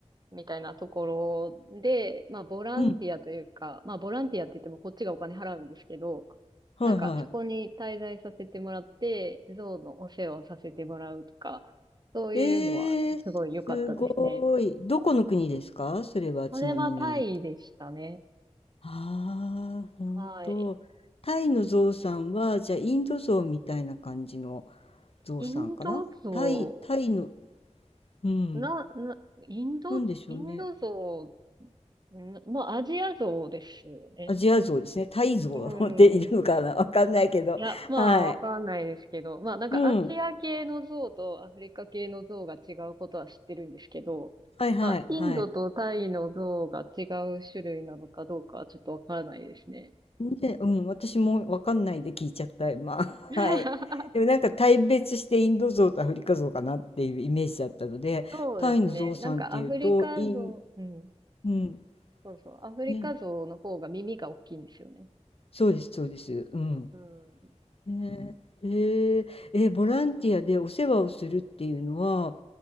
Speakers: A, on the right; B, on the left.
A: みたいなところで、まあ、ボランティアというか、
B: うん。
A: まあ、ボランティアって言ってもこっちがお金払うんですけど、
B: はいは
A: なんかそこに滞在させてもらって、ゾウのお世話をさせてもらうとか、そういうのはすごい良かったですね。
B: い。えー、すごい。どこの国ですかそれはちなみに。
A: これはタイでしたね。
B: ああ、本当。
A: はい。
B: タイのゾウさんは、じゃあインドゾウみたいな感じのゾウさんかなタイ、
A: インドゾ
B: タイの、うん。
A: ウ、な、な、インド、
B: なんでしょうね。
A: インドゾウ、なまあ、アジアゾウですよね。
B: アジアゾウですね。タイゾウでいるのかな、
A: うん。
B: <laughs> わかんないけど、
A: いや、まあ、
B: はい。
A: わかんないですけど、まあ、なんかアジア系のゾウとアフリカ系のゾウが違うことは知ってるんですけど、
B: うん。はいはいはい。
A: まあ、インドとタイのゾウが違う種類なのかどうかはちょっとわからないですね。
B: で、うん、私もわかんないで聞いちゃった、今。<laughs>
A: <laughs>
B: はい。でもなんか大別してインドゾウとアフリカゾウかなっていうイメージだったので、
A: そうですね。
B: タイのゾウさんっていうと、
A: なんかアフリカゾウ、
B: イン、
A: うん。
B: うん、
A: そうそう。アフリカゾウの方が耳が大きいんですよね。
B: ね、そうです、そうです。うん。
A: うん。
B: ね、えー、えー、ボランティアでお世話をするっていうのは、